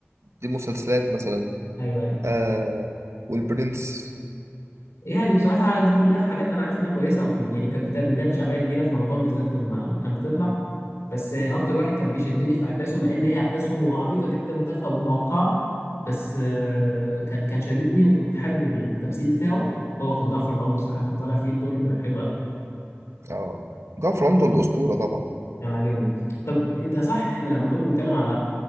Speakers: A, on the right; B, on the left.
A: دي مسلسلات مثلا
B: ايوه ايوه
A: آه والبرنس
B: يعني بصراحه دي كلها حاجات انا عارف انها كويسه وفي يعني كانت بتعمل بتعمل شعبيه كبيره في رمضان بالذات لما كانت بتطلع بس يعني اكتر واحد كان بيشدني في احداثه مع ان هي احداثه عبيطه جدا وتافهه ومتوقعه بس آه، كان كان شددني وكنت حابب التمثيل بتاعه هو كان جعفر العمدة بصراحه كان طالع فيه بدور حلو قوي
A: اه جعفر العمدة والاسطورة طبعا
B: انا عاجبني طب انت صح احنا لما كنا بنتكلم على